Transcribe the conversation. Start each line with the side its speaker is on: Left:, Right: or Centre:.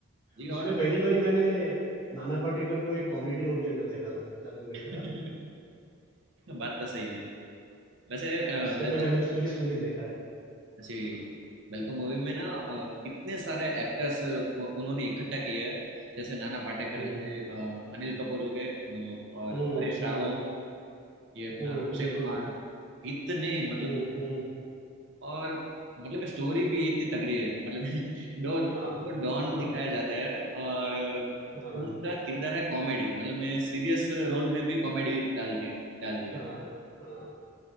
Right: जी,
Left: उसमें
Right: और
Left: पहली बारी मैंने नाना पाटेकर को एक कॉमेडी रोल के अंदर देखा था, जहाँ तक मेरे
Right: <laughs>
Left: को याद है।
Right: बात तो सही है वैसे
Left: उससे
Right: वेलकम
Left: पहले हमेशा सीरियस रोल ही देखा है।
Right: जी वेलकम मूवी में ना अ, कितने सारे एक्टर्स उन्होंने इकट्ठा किया है जैसे नाना पाटेकर
Left: हुँ।
Right: हो गए अ, अनिल कपूर हो गए अ, और
Left: हुँ,
Right: परेश
Left: हुँ,
Right: रावल ये अपना
Left: हुँ,
Right: अक्षय
Left: बिल्कुल।
Right: कुमार इतने मतलब
Left: हुँ, हुँ।
Right: और मतलब स्टोरी भी इतनी तगड़ी है मतलब <laughs> दो दो
Left: हाँ,
Right: डॉन
Left: हाँ,
Right: दिखाए जाते हैं और अ,
Left: हाँ,
Right: उनका किरदार है कॉमेडी मतलब मैं सीरियस रोल में भी कॉमेडी डाल दी है डाल दी है
Left: हाँ, हाँ।